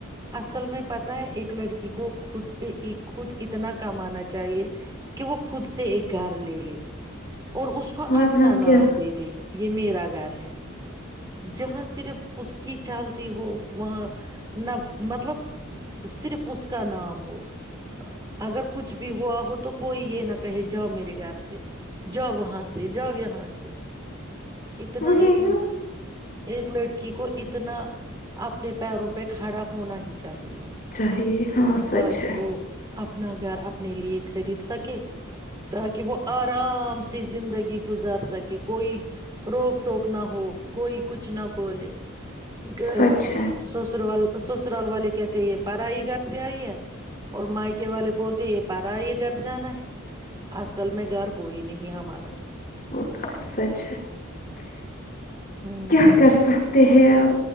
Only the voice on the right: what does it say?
اصل میں پتا ہے ایک لڑکی کو خود پہ خود اتنا کم آانا چاہیے کہ وہ خود سے ایک گھر لے لے اور اس کو
اپنا
نام دے دے یہ یہ میرا گھر ہے جہاں صرف اس کی چالتی ہو وہاں نہ مطلب صرف اس کا نام ہو اگر کچھ بھی ہوا ہو تو کوئی یہ نہ کہے جاؤ میرے گھر سے جاؤ وہاں سے جاؤ یہاں سے اتنا
ایک
ایک لڑکی کو اتنا اپنے پیروں پہ کھڑا ہونا ہی چاہیے
تاک
وہ اپنا گھر اپنے لیے خرید سکے تاکہ وہ آرام سے زندگی گزار سکے کوئی روک ٹوک نہ ہو کوئی کچھ نہ بولولے گ
سسر والال <unintelligible> سسرال والے کہتے ہیں یہ پرڑائی گھر سے آئی ہے اور مائکے والے بولتے یہ پارا یہ گھر جانا ہے ہ <unintelligible> اصل میں گھر کوئی نہیں ہمارا
ہوں